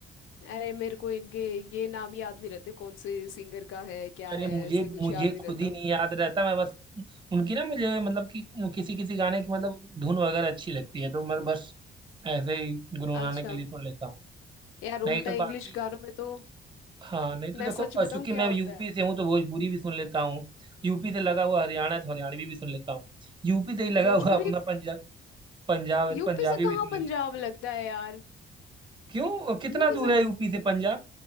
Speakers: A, on the left (about 85°); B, on the right (about 25°).
A: अरे मेरे को इनके ये नाम याद नहीं रहते कौन से सिंगर का है क्या
B: अरे
A: है
B: मुझे
A: ऐसे कुछ
B: मुझे
A: याद नहीं
B: खुद
A: रहता
B: ही नहीं याद रहता मैं बस उनकी ना मुझे मतलब कि किसी किसी गाने की मतलब धुन वगैरह अच्छी लगती है तो मैं बस ऐसे ही गुनगुनाने
A: अच्छा
B: के लिए सुन लेता हूँ
A: यार उल्टा
B: नहीं तो बाकी
A: इंग्लिश गानों में तो
B: हाँ नहीं तो
A: मैं
B: देखो
A: सच
B: और
A: बताऊं
B: चूंकि मैं
A: क्या होता
B: यूपी
A: है
B: से हूँ तो भोजपुरी भी सुन लेता हूँ यूपी से लगा हुआ हरियाणा है तो हरियाणवी भी सुन लेता हूँ यूपी से ही लगा
A: भोजपुरी
B: हुआ अपना पंजाब पंजाब है
A: यूपी
B: तो पंजाबी
A: से कहाँ
B: भी सुन
A: पंजाब
B: लेता हूँ
A: लगता है यार
B: क्यों कितना
A: यूपी
B: दूर
A: से
B: है यूपी से पंजाब